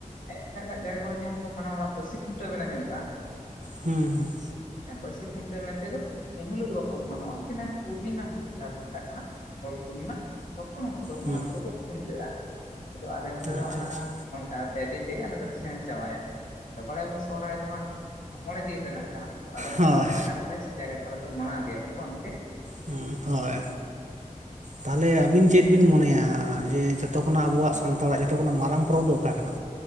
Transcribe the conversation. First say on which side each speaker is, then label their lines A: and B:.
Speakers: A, on the left; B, on the right.
A: ᱮᱜ ᱮᱴᱟᱜ ᱮᱴᱟᱜ ᱡᱟᱭᱜᱟ ᱠᱚᱨᱮ ᱡᱟᱦᱟᱸ ᱠᱚ ᱢᱟᱱᱟᱣᱟ ᱚᱱᱟ ᱯᱟᱹᱥᱤ ᱠᱷᱩᱱᱴᱟᱹᱣ ᱵᱮᱱ ᱟᱡᱚᱢ ᱠᱟᱜᱼᱟ,
B: ᱦᱮᱸ ᱦᱮᱸ
A: ᱦᱮᱸ ᱵᱟᱥᱤ ᱠᱷᱩᱱᱴᱟᱹᱣ ᱢᱮᱱᱛᱮᱫ ᱫᱚ ᱮᱱ ᱦᱤᱞᱳᱜ ᱫᱚ ᱵᱟᱠᱚ ᱢᱟᱱᱟᱣᱟ ᱠᱤᱱᱛᱩ ᱯᱩᱨᱱᱤᱢᱟ ᱦᱤᱞᱳᱜ ᱡᱟᱦᱟᱸ ᱠᱚ ᱢᱮᱛᱟᱜ ᱠᱟᱱᱟ ᱛᱚᱞ ᱯᱩᱨᱱᱤᱢᱟ ᱛᱚᱠᱷᱚᱱ ᱩᱱᱠᱩ ᱫᱚ
B: ᱦᱩᱸ
A: ᱚᱱᱟ ᱠᱚᱫᱚ ᱠᱚ ᱠᱷᱩᱱᱴᱟᱹᱜᱼᱟ <inaudible> ᱟᱞᱮ ᱱᱚᱸᱰᱮ ᱫᱚ
B: ᱟᱪᱪᱷᱟ
A: ᱚᱱᱟ
B: ᱟᱪᱪᱷᱟ
A: ᱚᱱᱠᱟ ᱯᱮ ᱫᱤᱱ ᱛᱮᱜᱮ ᱟᱞᱮ ᱫᱚᱞᱮ ᱪᱟᱵᱟᱭᱟ ᱟᱫᱚ ᱵᱟᱲᱟᱭ ᱵᱚᱱ ᱥᱚᱨᱦᱟᱭ ᱫᱚ ᱦᱟᱸᱜ ᱢᱚᱬᱮ ᱫᱤᱱ ᱨᱮᱱᱟᱜ, ᱠᱟᱱᱟ ᱟᱫᱚᱢ
B: ᱦᱳᱭ
A: ᱟᱫᱚᱢ ᱴᱚᱴᱷᱟ ᱠᱚᱨᱮ ᱥᱮ ᱡᱟᱭᱜᱟ ᱠᱚᱨᱮ ᱫᱚ ᱢᱟᱱᱟᱣ ᱜᱮᱭᱟ ᱠᱚ ᱥᱮ ᱵᱟᱝ ᱜᱚᱝᱠᱮ,
B: ᱦᱩ ᱦᱳᱭ ᱛᱟᱦᱚᱞᱮ ᱟᱵᱤᱱ ᱪᱮᱫ ᱵᱤᱱ ᱢᱚᱱᱮᱭᱟ ᱡᱮ ᱡᱚᱛᱚ ᱠᱷᱚᱱᱟᱜ ᱟᱵᱚᱣᱟᱜ ᱥᱟᱱᱛᱟᱲᱟᱜ ᱡᱚᱛᱚ ᱠᱷᱚᱱᱟᱜ ᱢᱟᱨᱟᱝ ᱯᱚᱨᱚᱵᱽ ᱫᱚ ᱚᱠᱟ ᱠᱟᱱᱟ?